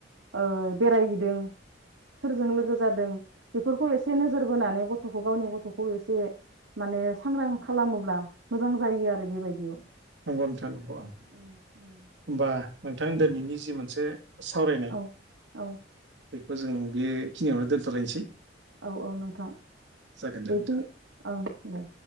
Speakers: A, on the right; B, on the right.
A: ओ बेरायहैदों सोरजों लोगो जादों बेफोरखौ एसे नोजोर बोनानै गथ'खौ गावनि गथ'खौ एसे माने सांग्रां खालामोब्ला मोजां जायो आरो बेबायदियाव
B: नंगौ नोंथा नंगौ होमबा
A: उम उम
B: नोंथां दिनैनि जि मोनसे सावरायनाय
A: औ औ
B: बेखौ जों बेखिनियावनो दोनथ'लायनोसै
A: औ औ नोंथां
B: जागोन दे
A: बेखिनि
B: नोंथां
A: अ दे